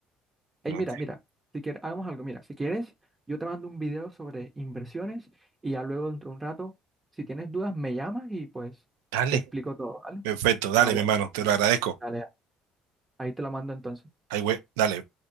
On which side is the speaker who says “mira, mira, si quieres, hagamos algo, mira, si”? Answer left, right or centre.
Right